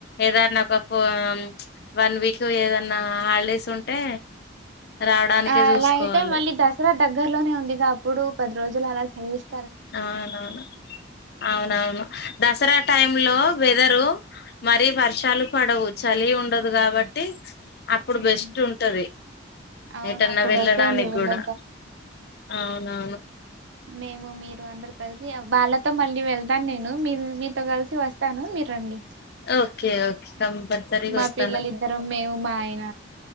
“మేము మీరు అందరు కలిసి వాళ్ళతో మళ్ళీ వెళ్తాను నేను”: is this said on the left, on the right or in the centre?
Right